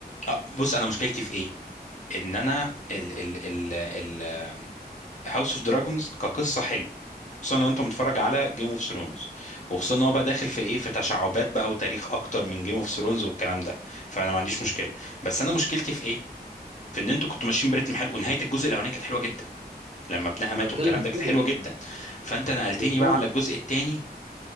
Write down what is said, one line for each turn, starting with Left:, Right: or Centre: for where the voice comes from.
Left: أه بص انا مشكلتي في ايه ان انا ال ال ال ال هاوس اوف دراجونز كقصه حلو خصوصا لو انت متفرج على جيم اوف ثرونز وخصوصا ان هو بقى داخل في ايه في تشعبات بقى وتاريخ اكتر من جيم اوف ثرونز والكلام ده فانا ما عنديش مشكله بس انا مشكلتي في ايه في ان انتوا كنتوا ماشيين برتم حلو ونهايه الجزء الاولاني كانت حلوه جدا لما ابنها
Right: أنا
Left: مات
Right: بتكلم
Left: والكلام
Right: في
Left: ده كانت
Right: كده
Left: حلوه جدا فانت نقلتني
Right: بالظبط
Left: بقى على الجزء الثاني